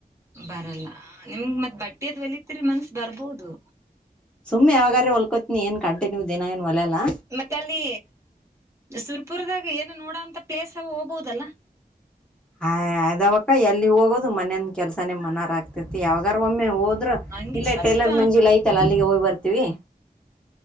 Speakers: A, on the right (about 15°); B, in the centre.
A: ಬರಲ್ಲ ನಿಮ್ <unintelligible> ಮತ್ ಬಟ್ಟೆದ್ ಒಲತ್ರಿ ಮನ್ಸ ಬರ್ಬೋದು
B: ಸುಮ್ಮನೆ ಯಾವಾಗ್ಲಾದ್ರೂ <unintelligible> ಹೊಲ್ಕೋತಿನಿ ಏನ್ ಗಂಟೆ ನೀವು ದಿನ ಏನ್ ಒಲೆಲ್ಲ
A: ಮತ್ತೆ ಅಲ್ಲಿ ಸುರ್ಪುರದಾಗ ಏನೊ ನೋಡ ಪ್ಲೇಸ್ ಹೋಗ್ಬಹುದಲ್ಲ
B: ಹ ಅದಾವಕ್ಕ ಎಲ್ಲಿ ಹೋಗೋದು ಮನೇಂದ ಕೆಲ್ಸನೇ ಮನರ <unintelligible> ಆಗ್ತೇತಿ ಯಾವಾಗಾರ್ ಒಮ್ಮೆ ಹೋಗ್
A: ಹಂಗೆ
B: <unintelligible> ಇಲ್ಲೇ
A: ಸ್ವಲ್ಪ
B: ಟೇಲರ್ ಮಂಜಿಲಿ ಐತಲ್ಲಾ ಅಲ್ಲಿಗೆ ಹೋಗಿ ಬರ್ತೀವಿ